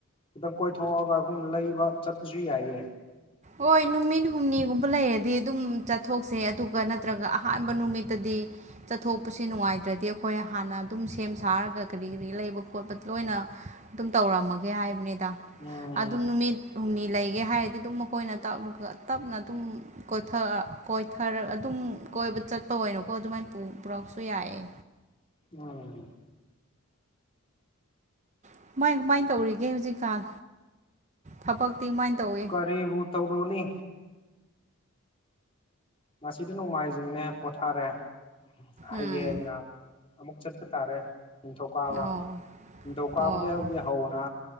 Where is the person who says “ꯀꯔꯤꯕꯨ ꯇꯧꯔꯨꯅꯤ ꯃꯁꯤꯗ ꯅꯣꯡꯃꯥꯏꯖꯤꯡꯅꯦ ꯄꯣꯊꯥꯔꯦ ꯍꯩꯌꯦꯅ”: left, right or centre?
Left